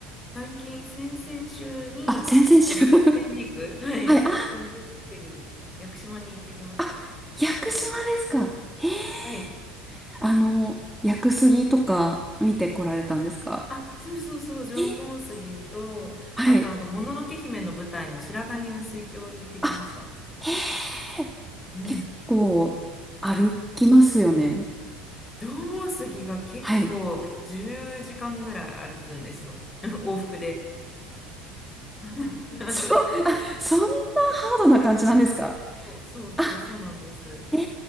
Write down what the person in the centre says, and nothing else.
あ、先々週
<laughs>
はい、あー、
あ、屋久島ですかへえ、
あの、屋久杉とか見てこられたんですか
へえはい。
あ、へえ、
結構歩きますよね。
はい。
そう、あ、そんなハードな感じなんですか
あ、えー、